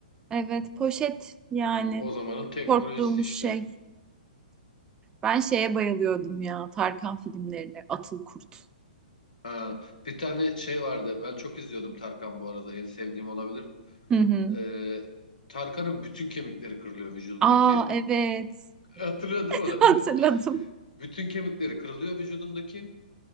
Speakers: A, on the right; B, on the left.
A: evet poşet yani
B: O zamanın teknolojisi
A: korktuğumuz
B: işte.
A: şey. Ben şeye bayılıyordum ya Tarkan filmlerine Atıl Kurt.
B: Ha, bir tane şey vardı. Ben çok izliyordum Tarkan bu arada. En sevdiğim olabilir.
A: Hı hı.
B: Ee, Tarkan'ın bütün kemikleri kırılıyor vücudundaki.
A: Aa evet <laughs>
B: Hatırlıyor değil mi onu?
A: hatırladım.
B: <laughs> Bütün kemikleri kırılıyor vücudundaki.